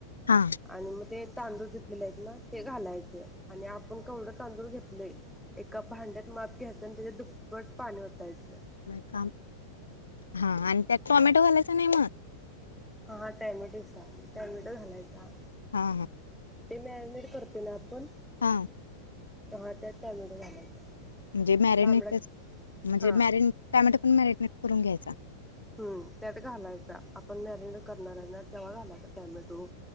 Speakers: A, on the left; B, in the centre.
A: हां.
B: आणि मग ते तांदूळ घेतलेले आहेत ना ते घालायचे आणि आपण कवडं तांदूळ घेतले एका भांड्यात माप घ्यायचं आणि त्याच्या दुप्पट पाणी होतायचं
A: लय काम हां आणि त्यात टोमॅटो घालायच नाही मग
B: हा टायमेटिक टायमेटो घालायचा
A: हा हा
B: ते मॅरिनेट करते ना आपण
A: हां.
B: हा त्यात टॅमॅटो घालायचा
A: म्हणजे मॅरिनेटच
B: लांबडा
A: म्हणजे
B: हा
A: मॅरिने ट्यामॅटो पण मॅरिने करून घ्यायचा
B: हम्म त्यात घालायचा आपण मॅरिनेट करणार आहे ना तेव्हा घालायचा टॅमॅटो